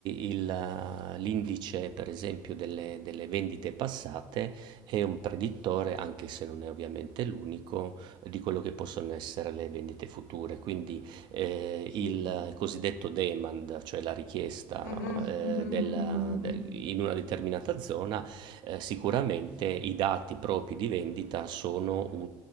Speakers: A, on the right; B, on the left.
A: il, eh, l'indice, per esempio, delle, delle vendite passate è un predittore, anche se non è ovviamente l'unico, di quello che possono essere le vendite future. Quindi eh,
B: sì, sì.
A: il cosiddetto demand, cioè la richiesta
B: Mhm,
A: eh,
B: mhm,
A: della-
B: mhm, mhm.
A: de-
B: <laughs>
A: in una determinata zona, eh, sicuramente i dati propri di vendita sono